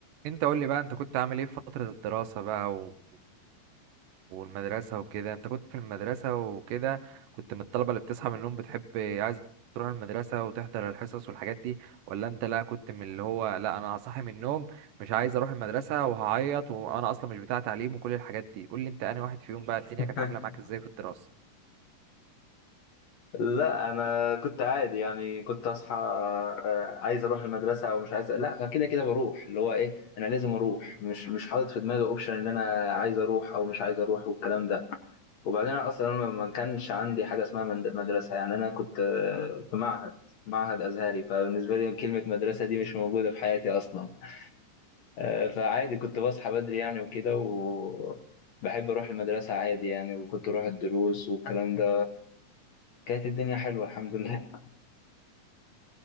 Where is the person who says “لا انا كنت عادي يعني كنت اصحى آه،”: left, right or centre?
Left